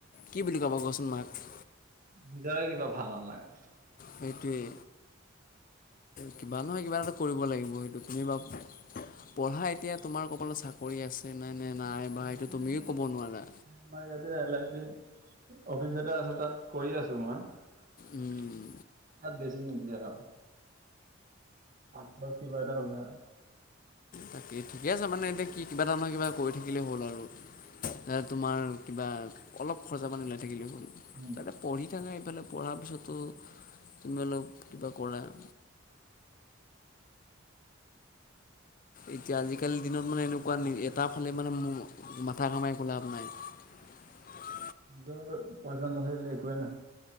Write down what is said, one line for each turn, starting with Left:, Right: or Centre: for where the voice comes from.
Left: কি বুলি ক'বা কোৱাচোন মাক?
Right: নিজৰে কিবা ভাল নালাগে।
Left: সেইটোৱেই। কিবা নহয়, কিবা এটা কৰিব লাগিব। সেইটো তুমি বাও পঢ়া এতিয়া, তোমাৰ কপালত চাকৰি আছে। নাই নে নাই বা
Right: পাৰ্ট
Left: সেইটো
Right: টাইমকে
Left: তুমিও ক'ব নোৱাৰা
Right: আমাৰ ইয়াতে এলাইচি অফিচ এটা আছে তাত, কৰি আছো মই।
Left: উম,
Right: তাত বেছি নিদিয়ে আও আচলত কিবা এটা ওলাই আও।
Left: তাকে, ঠিকে আছে মানে এতিয়া কি, কিবা এটা নহয় কিবা, কৰি থাকিলেই হ'ল আৰু। তোমাৰ কিবা অলপ খৰচা পানী ওলাই থাকিলেও হ'ল।
Right: উম
Left: তাতে, পঢ়ি থাকা এইফালে, পঢ়াৰ পিছতো, তুমি অলপ কিবা কৰা <inaudible> এতিয়া আজিকালিৰ দিনত মানে, এনেকোৱা এটা ফালে মানে, মাথা ঘমাই একো লাভ নাই। <unintelligible>
Right: নিজৰ পইচা নহ'লে একোৱেই নাই।